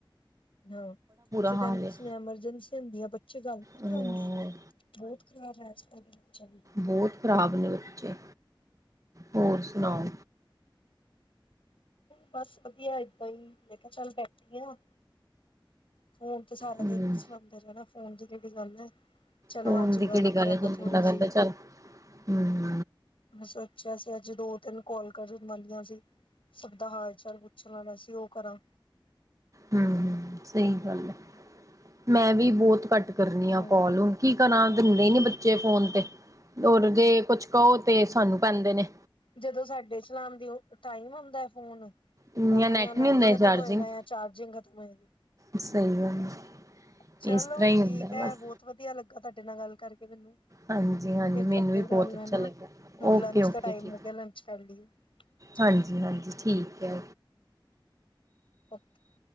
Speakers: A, on the left (about 90°); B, on the right (about 40°).
A: ਹਾਂ, ਕਿਸੇ
B: ਹਾਲ
A: ਟਾਈਮ ਕਿਸੇ
B: ਹੈ
A: ਨੂੰ, ਐਮਰਜੈਂਸੀ ਹੁੰਦੀ ਆ, ਬੱਚੇ ਗੱਲ ਨੀਂ ਕਰਾਂਦੇ।
B: ਹਮ
A: ਬੌਤ ਖਰਾਬ ਐਂ, ਅੱਜ -ਕੱਲ ਦੇ ਬੱਚੇ ਵੀ।
B: ਬੌਤ ਖਰਾਬ ਨੇ ਬੱਚੇ, ਹੋਰ ਸੁਨਾਓ?
A: ਬਸ ਵਧੀਆ, ਏਦਾਂ ਈ ਮੈਂ ਕਿਆ, ਚੱਲ ਬੈਠੀ ਆਂ- ਫੋਨ ਤੇ, ਸਾਰਾ
B: ਹਮ
A: ਦਿਨ ਈ ਸੁਨਦੇ ਰੈਨਾ, ਫੋਨ ਦੀ ਕੇੜੀ ਗੱਲ ਐ। ਚਲੋ
B: ਫੋਨ
A: ਅੱਜ,
B: ਦੀ
A: ਗੱਲ
B: ਕਿਹੜੀ
A: ਕਰਾਂ
B: ਹੈ ਜ ਬੰਦਾ
A: ਥੋੜੀ ਜੀ।
B: ਕਹਿੰਦਾ ਚੱਲ ਹਮ।
A: ਮੈਂ ਸੋਚੇਆ ਸੀ, ਅੱਜ ਦੋ, ਤਿੰਨ ਕੋੱਲ ਕਰਨ ਵਾਲੀਆਂ ਸੀ। ਸਬ ਦਾ ਹਾਲ- ਚਾਲ, ਪੁੱਛ ਲਾਂ ਵੈਸੇ ਈ, ਓ ਕਰਾਂ।
B: ਹਮ -ਹਮ, ਸਈ ਗੱਲ ਐ, ਮੈਂ ਵੀ, ਬੌਤ ਘੱਟ ਕਰਨੀ ਆਂ
A: ਹੂੰ
B: ਕੋੱਲ। ਕੀ ਕਰਾਂ, ਦੇਂਦੇ ਈ ਨੀ ਬੱਚੇ ਫੋਨ ਤੇ ਔਰ ਜੇ ਕੁਛ ਕਓ, ਤੇ ਸਾਨੂੰ ਪੈਂਦੇ ਨੇ।
A: ਜਦੋਂ ਸਾਡੇ ਚਲਾਣ ਦੀ ਓ, ਟਾਈਮ ਹੁੰਦਾ ਫੋਨ,
B: ਇਨੀਆਂ
A: ਓਦੋਂ ਯਾ ਨੈਟ
B: ਨੀ ਹੁੰਦੇ
A: ਖਤਮ
B: ਚਾਰਜਿੰਗ
A: ਹੋਏਗਾ ਯਾ ਚਾਰਜਿੰਗ ਖਤਮ ਹੋਏਗੀ,
B: ਸਹੀ ਗੱਲ ਹੈ।
A: ਚਲੋ
B: ਇਸ ਤਰ੍ਹਾਂ ਹੀ
A: ਠੀਕ
B: ਹੁੰਦਾ
A: ਐ,
B: ਬਸ
A: ਬੋ ਤ ਵਦੀਆ ਲੱਗਾ, ਤੁਆਡੇ ਨਾਲ ਗੱਲ ਕਰਕੇ ਮੈਨੂੰ।
B: ਹਾਂਜੀ ਹਾਂਜੀ
A: ਫੇਰ ਕਰਦੇ
B: ਮੈਨੂੰ ਵੀ
A: ਗੱਲ
B: ਬਹੁਤ ਅੱਛਾ
A: ਹੈਨਾ,
B: ਲੱਗਾ
A: ਹੁਣ
B: ਓਕੇ
A: ਲੰਚ
B: ਓਕੇ
A: ਦਾ ਟਾਈਮ
B: ਠੀਕ
A: ਹੋ ਗੇਆ ਲੰਚ ਕਰ ਲੀਏ, ਠੀਕ।
B: ਹਾਂਜੀ ਹਾਂਜੀ ਠੀਕ ਐ।
A: ਓਕੇ।